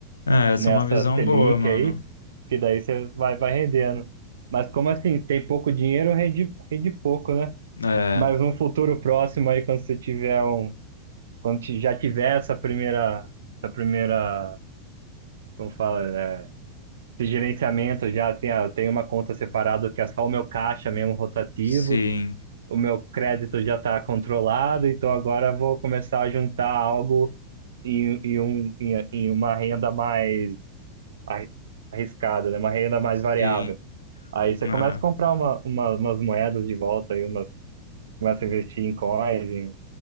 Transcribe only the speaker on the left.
É, essa
é uma visão
boa, mano.
É,
sim,
sim.
É.